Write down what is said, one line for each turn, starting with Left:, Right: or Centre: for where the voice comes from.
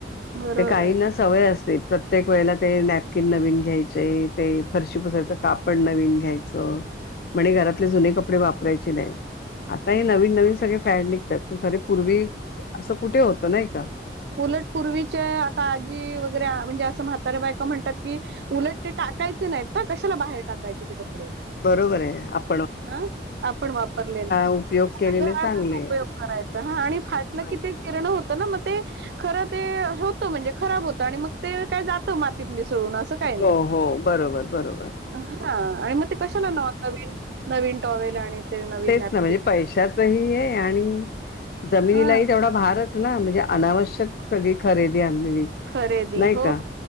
Right: बरोबर
Left: ते काही
Right: आहे
Left: ना सवय असते प्रत्येक वेळेला ते नॅ कि नवीन घ्यायचे ते फरशी पुसायचं कापड नवीन घ्यायचं. म्हणे घरातले जुने कपडे वापरायचे नाही, आता हे नवीन नवीन सगळे फॅड निघतात, पण खरे पूर्वी असं कुठे होत नाही का
Right: उलट पूर्वीचे आता आजी वगैरे म्हणजे अस, सातारे बायक म्हणतात की उलट ते टाकायचे नाहीत. ना कशाला बाहेर टाकायचे ते कपडे,
Left: बरोबर आहे आप,
Right: हा आपण वापरलेले
Left: उपयोग
Right: आ
Left: केलेले
Right: घरातच
Left: चांगले.
Right: उपयोग करायचा ह आणि फटलं,
Left: बरं.
Right: <unintelligible> मग ते खर ते होत म्हणजे खराब होत, आणि मग ते काय जात मातीत, सडून अस काही नाही,
Left: हो हो बरोबर बरोबर
Right: हा आणि मग ते कशाला नव नवीन, नवीन टॉवेल आणि, ते नवीन
Left: तेच
Right: नॅपकिन
Left: ना म्हणजे पैशाचही ये आणि, जमिनीलाही
Right: हा
Left: तेवढा भारच ना म्हणजे अनावश्यक सगळी खरेदी आणलेली
Right: खरेदी
Left: नाही
Right: हो
Left: का